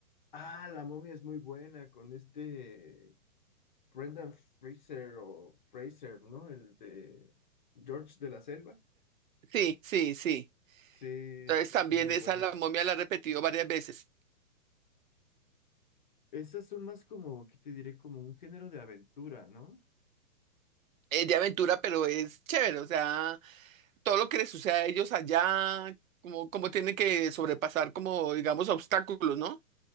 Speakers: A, on the left; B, on the right.
A: Ah, la momia es muy buena con este Brendan Fraser o Fraser, ¿no? El de George de la Selva.
B: Sí, sí, sí.
A: Sí,
B: Entonces
A: s-
B: también
A: son muy
B: esa
A: buenas.
B: la momia la he repetido varias veces.
A: Esas son más como, ¿qué te diré? Como un género de aventura, ¿no?
B: Es de aventura, pero es chévere, o sea. todo lo que les sucede a ellos allá, como, como tienen que sobrepasar, como digamos, obstáculos, ¿no?